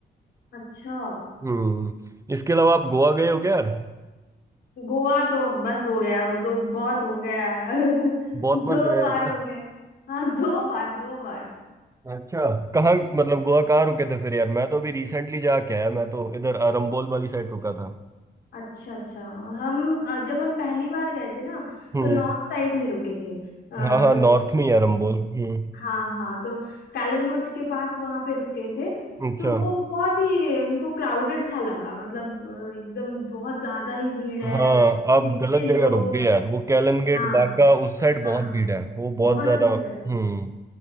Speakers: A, on the left; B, on the right.
A: अच्छा
B: हम्म इसके अलावा आप गोवा गए हो क्या यार
A: गोवा तो बस हो गया वो दो बहुत हो गया <laughs>
B: बहुत
A: दो
B: बार जाया
A: बार
B: है क्या
A: हो गया हाँ दो बार दो बार
B: अच्छा कहाँ मतलब गोवा कहाँ रुके थे फिर यार मैं तो अभी रिसेंटली जाके आया मैं तो इधर अरम्बोल वाली साइड रुका था
A: अच्छा अच्छा हम अ, जब हम पहली बार गए थे ना
B: हम्म
A: तो नॉर्थ साइड में रुके थे आ,
B: हाँ हाँ नॉर्थ में ही है अरम्बोल हम्म
A: हाँ हाँ तो कालनगुट के पास वहां पे रुके थे
B: अच्छा
A: तो वो बहुत ही हमको क्राउडेड सा लगा मतलब अ, एकदम बहुत ज्यादा ही भीड़
B: हाँ
A: है इतने
B: आप
A: इतने
B: गलत जगह
A: लोग
B: रुक गए
A: हैं
B: यार वो कैलन गेट
A: हाँ
B: बागा उस साइड
A: हाँ
B: बहुत भीड़ है वो बहुत
A: बहुत
B: ज्यादा
A: भीड़
B: हम्म
A: है